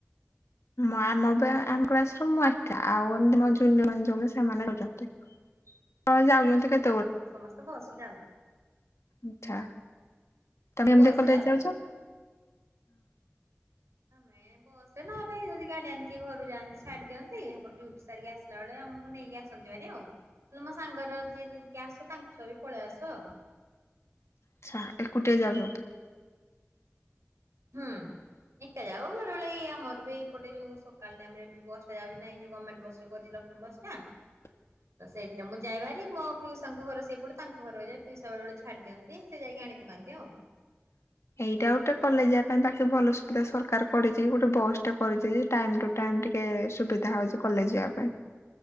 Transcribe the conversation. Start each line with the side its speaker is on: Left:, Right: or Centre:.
Left: ଆ ଆମ ବା ଆମ କ୍ଲାସ୍ ରୁ ମୁଁ ଏକା ଆଉ ଏମତି ମୋ ଜୁନିଅର ମାନେ ଯୋଉମାନେ ସେମାନେ ଯାଉଛନ୍ତି। ହଁ ଯାଉନାହାନ୍ତି କେତ୍
Right: ହ ସମସ୍ତେ ବସ ରେ ଜାଉ ନାହାଁନ୍ତି?
Left: ଆଛା ତମେ
Right: ସେଇ
Left: ଏମିତି
Right: ବସରେ
Left: କଲେଜ
Right: ଯାଉଛନ୍ତି
Left: ଯାଉଛଁ?
Right: ସବୁ।
Left: <unintelligible>
Right: ଁ ବସ ରେ ନହେଲେ ଯଦି ଗାଡିଆନ କିଏ ଘରୁ ଯାଆନ୍ତି ଛାଡ଼ି ଦିଅନ୍ତି ଏପଟ ଡିଉଟି ସାରିକି ଆସିଲା ବେଳେ ଆମକୁ ନେଇକି ଆସ ଆସନ୍ତିଭାରି ଆଉ। ନହେଲେ ମୋ ସାଙ୍ଗର କିଏ ଯଦି କିଏ ଆସ ତାଙ୍କ ସହ ବି ପଳେଇ ଆଶୁ ଆଉ।
Left: ଆଛା ଏକୁଟିଆ ଯାଉ ତ
Right: ହୁଁ। ଏକା ଯାଉ ବେଳେବେଳେ ଇଏ ଆମର ବି ଏପଟେ ଯୋଉ ସକାଳ ଟାଇମ ରେ ବି ବସ ଟା ଯାଉଛି ନା ଏ ଯୋଉ ଗମେଣ୍ଟ ବସ୍ ଯୋଉ କରିଛି ଲକ୍ଷ୍ମୀ ବସ୍।
Left: <unintelligible>
Right: ଟା। ତ ସେଇଥିରେ ମୁଁ ଯାଏଭାରି ମୋ ପିଉସାଙ୍କ ଘର ସେଇପଟେ ତାଙ୍କ ଘର ଯେ ପିଉସା ବେବେଳେ ଛାଡ଼ି ଦିଅନ୍ତି। ସେ ଯାଇକି ଆଣି ପକାନ୍ତି ଆଉ।
Left: ଏଇଟା ଗୋଟେ କଲେଜ ଯିବା ପାଇଁ ବାକି ଭଲ ସୁବିଧା ସରକାର କରିଛି ଗୋଟେ ବସ୍ ଟା କରିଚି ଟାଇମ ଟୁ ଟାଇମ ଟିକେ ସୁବିଧା ହଉଛି କଲେଜ ଯିବା ପାଇଁ।